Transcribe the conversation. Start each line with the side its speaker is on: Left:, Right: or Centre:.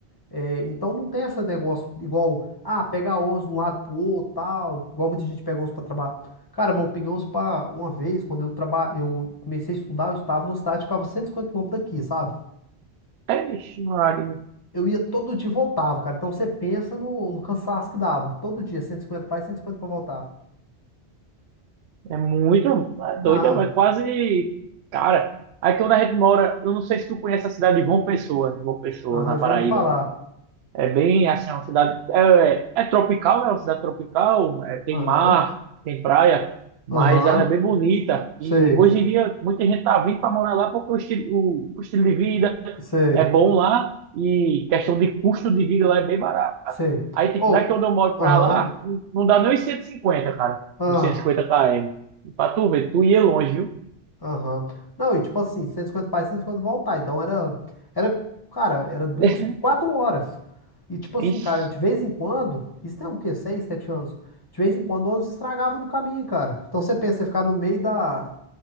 Left: É, então não tem esse negócio de igual, ah, pegar 11 de um lado pro outro, tal, igual muita gente pega 11 pra trabalhar. Cara, mas eu peguei 11 pra uma vez, quando eu traba... eu comecei a estudar, eu estava no estádio, ficava cento e cinquenta km daqui, sabe?
Right: É, ixi, Maria,
Left: Eu ia todo dia e voltava, cara. Então você pensa no, no cansaço que dava. Todo dia, 150 pra ir, cento e cinquenta pra voltar.
Right: é muito, é
Left: Não,
Right: doido, é quase, cara. Aí que onde a gente mora, eu não sei se tu conhece a cidade de João Pessoa, João Pessoa,
Left: aham,
Right: na Paraíba.
Left: já ouvi falar.
Right: É bem assim, é uma cidade. É, é é tropical, né? É uma cidade tropical, é, tem
Left: Aham,
Right: mar, tem praia, mas
Left: aham,
Right: ela é bem bonita.
Left: sei,
Right: E hoje em dia, muita gente tá vindo para morar lá porque o estilo, o, o estilo de vida
Left: sei,
Right: é bom lá e questão de custo de vida lá é bem barato.
Left: sei.
Right: Aí, tipo,
Left: Ou,
Right: daqui onde eu moro
Left: aham,
Right: para lá, não, não dá nem os 150, cara.
Left: ah
Right: Uns 150 km. Pra tu ver, tu ia longe, viu?
Left: Aham. Não, e tipo assim, 150 para e 150 voltar. Então era, era, cara, era duas,
Right: <laughs>
Left: quatro horas. E tipo assim,
Right: Ixi,
Left: cara, de vez em quando, isso tem o quê? Seis, sete anos. De vez em quando o ônibus estragava no caminho, cara. Então você pensa, você ficar no meio da,